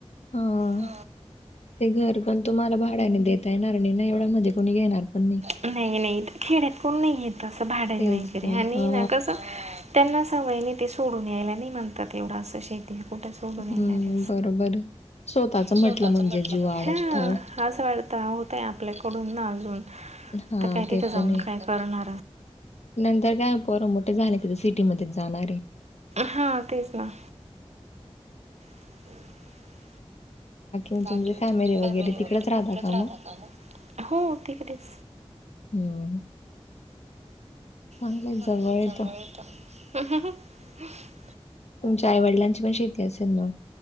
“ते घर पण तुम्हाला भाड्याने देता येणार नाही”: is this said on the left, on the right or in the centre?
Left